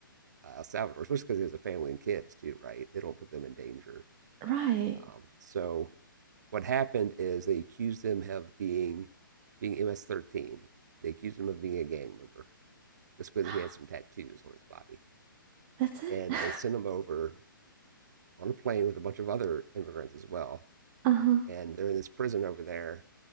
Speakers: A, on the right (about 55°); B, on the right (about 30°).
A: uh, El Salvador, especially because he has a family and kids too, right? They don't put them in danger.
B: Right.
A: Um, so what happened is they accused him of being being MS-13. They accused him of being a gang member just because
B: <gasps>
A: he had some tattoos on his body.
B: That's it.
A: and
B: <laughs>
A: they send them over on a plane with a bunch of other immigrants as well.
B: Uh-huh.
A: And they're in this prison over there.